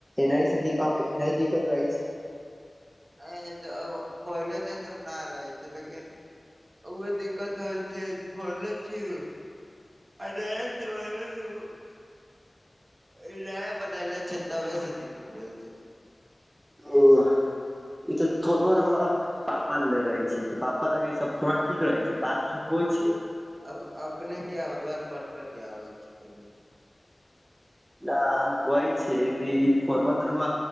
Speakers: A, on the right; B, on the right.
A: एना से दि-दिक्कत आब एनाय दिक्कत रहै छै।
B: अ आय त अब पहिले तऽ ई सब ना रहै छै लेकिन उहे दिक्कत होल छै फोड़ले छी। <unintelligible> ई राय बनले छै तबे से दिक्कत भेल छै।
A: ओ <unintelligible> पापा ल रहे छै, तऽ पापा लग सब थोरा ठीक रहै छै, बात ओ सब होइ छै।
B: अब अपने क अवाज कट- कट आबै छै तनि।
A: ना हम कहै छियै कि फोनमा - तोनमा।